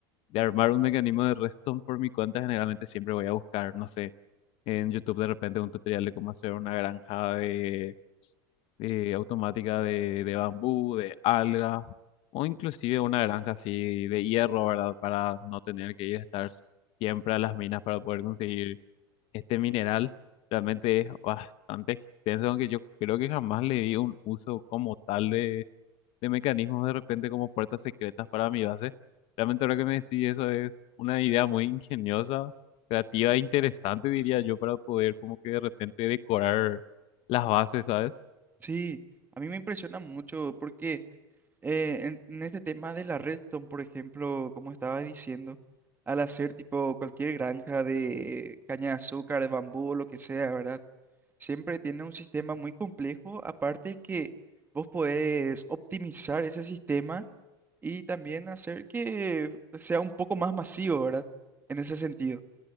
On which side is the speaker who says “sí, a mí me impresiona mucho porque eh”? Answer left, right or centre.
Right